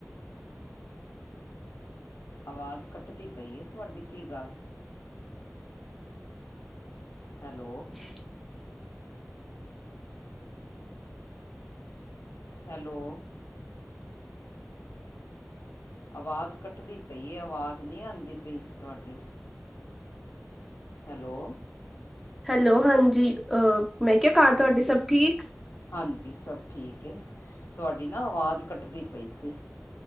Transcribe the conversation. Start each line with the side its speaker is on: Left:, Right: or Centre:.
Left: ਅਵਾਜ਼ ਕੱਟਦੀ ਪਈ ਏ ਤੁਹਾਡੀ ਕੀ ਗੱਲ? ਹੈਲੋ।
Centre: <inaudible>
Left: ਹੈਲੋ। ਅਵਾਜ਼ ਕੱਟਦੀ ਪਈ ਏ ਅਵਾਜ਼ ਨੀ ਆਉਂਦੀ ਪਈ ਤੁਹਾਡੀ। ਹੈਲੋ।
Centre: ਹੈਲੋ ਹਾਂਜੀ ਅ ਮੈਂ ਕਿਹਾ ਘਰ ਤੁਹਾਡੇ ਸਭ ਠੀਕ?
Left: ਹਾਂਜੀ ਸਭ ਠੀਕ ਏ, ਤੁਹਾਡੀ ਨਾ ਅਵਾਜ਼ ਕੱਟਦੀ ਪਈ ਸੀ।